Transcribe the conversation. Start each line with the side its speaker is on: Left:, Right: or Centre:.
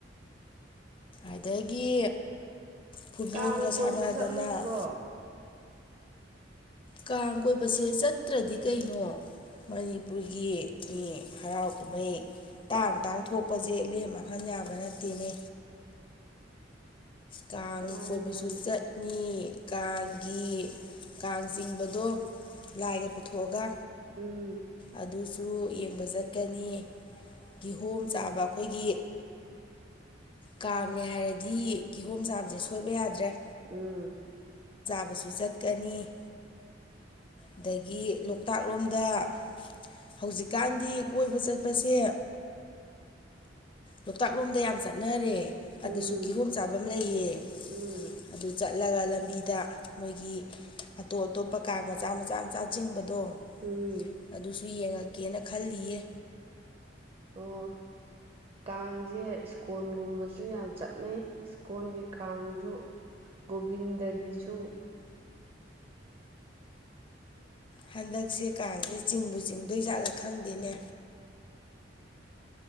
Left: ꯑꯗꯒꯤ ꯐꯨꯠꯕꯣꯜꯒ
Right: ꯀꯥꯡ
Left: ꯁꯥꯟꯅꯗꯅ
Right: ꯀꯣꯏꯕ ꯆꯠꯂꯣꯏꯗ꯭ꯔꯣ
Left: ꯀꯥꯡ ꯀꯣꯏꯕꯁꯦ ꯆꯠꯇ꯭ꯔꯗꯤ ꯀꯩꯅꯣ ꯃꯅꯤꯄꯨꯔꯒꯤ ꯃꯤ ꯍꯔꯥꯎ ꯀꯨꯝꯍꯩ ꯇꯥꯡ ꯇꯥꯡ ꯊꯣꯛꯄꯁꯦ ꯂꯦꯝ ꯃꯥꯡꯍꯟ ꯌꯥꯕ ꯅꯠꯇꯦꯅꯦ ꯀꯥꯡ
Right: ꯃꯥꯅꯤ
Left: ꯀꯣꯏꯕꯁꯨ
Right: ꯃꯥꯅꯤ
Left: ꯆꯠꯅꯤ ꯀꯥꯡꯒꯤ ꯀꯥꯡ ꯆꯤꯡꯕꯗꯣ ꯂꯥꯏꯒ ꯄꯨꯊꯣꯛꯑꯒ
Right: ꯎꯝ
Left: ꯑꯗꯨꯁꯨ ꯑꯗꯨꯨ ꯌꯦꯡꯕ ꯆꯠꯀꯅꯤ ꯀꯤꯍꯣꯝ ꯆꯥꯕ ꯑꯩꯈꯣꯏꯒꯤ ꯀꯥꯡꯅꯦ ꯍꯥꯏꯔꯗꯤ ꯀꯤꯍꯣꯝ ꯆꯥꯕꯁꯦ ꯁꯣꯏꯕ ꯌꯥꯗ꯭ꯔꯦ
Right: ꯎꯝ
Left: ꯑꯃꯁꯨ ꯆꯠꯀꯅꯤ ꯑꯗꯒꯤ ꯂꯣꯛꯇꯥꯛ ꯂꯣꯝꯗ ꯍꯧꯖꯤꯛꯀꯥꯟꯗꯤ ꯀꯣꯏꯕ ꯆꯠꯄꯁꯦ ꯂꯣꯛꯇꯥꯛ ꯂꯣꯝꯗ ꯌꯥꯝ ꯆꯠꯅꯔꯦ ꯑꯗꯨꯁꯨ
Right: ꯎꯝ
Left: ꯀꯤꯍꯣꯝ ꯆꯥꯐꯝ ꯂꯩꯌꯦ
Right: ꯎꯝ
Left: ꯑꯗꯨ ꯆꯠ ꯆꯠꯂꯒ ꯂꯝꯕꯤꯗ ꯃꯣꯏꯒꯤ ꯑꯇꯣꯞ ꯑꯇꯣꯞꯄ ꯀꯥꯡ ꯃꯆꯥ ꯃꯆꯥ ꯃꯆꯥ ꯆꯤꯡꯕꯗ ꯑꯣ
Right: ꯎꯝ
Left: ꯑꯗꯨ ꯁꯨ ꯌꯦꯡꯉꯛꯀꯦꯅ ꯈꯜꯂꯤꯌꯦ
Right: ꯑꯣ ꯀꯥꯡꯁꯦ ꯏꯁꯀꯣꯟꯒꯨꯝꯕꯁꯨ ꯌꯥꯝ ꯆꯠꯅꯩ ꯏꯁꯀꯣꯟꯒꯤ ꯀꯥꯡꯁꯨ ꯣꯕꯤꯗ ꯒꯤꯖꯨ
Left: ꯍꯟꯗꯛꯁꯦ ꯀꯥꯡꯁꯦ ꯆꯤꯡꯕꯨ ꯆꯤꯡꯗꯣꯏꯖꯥꯠꯂ ꯈꯪꯗꯦꯅꯦ